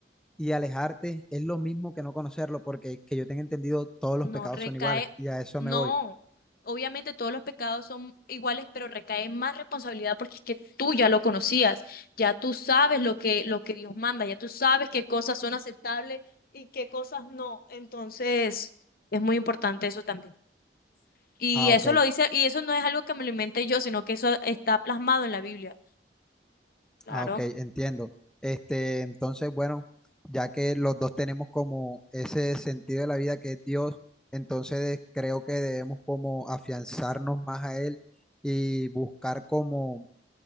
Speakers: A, in the centre; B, on the left.
A: y alejarte es lo mismo que no conocerlo, porque que yo tenga entendido, todos los
B: No
A: pecados
B: recae,
A: son iguales y a eso
B: no.
A: me voy.
B: Obviamente todos los pecados son iguales, pero recae más responsabilidad porque es que tú ya lo conocías, ya tú sabes lo que, lo que Dios manda, ya tú sabes qué cosas son aceptables y qué cosas no. Entonces, es muy importante eso también. Y
A: Ah,
B: eso
A: ok.
B: lo dice, y eso no es algo que me lo inventé yo, sino que eso está plasmado en la Biblia. Claro.
A: Ah, ok, entiendo. Este, entonces, bueno, ya que los dos tenemos como ese sentido de la vida que es Dios, entonces creo que debemos como afianzarnos más a Él y buscar como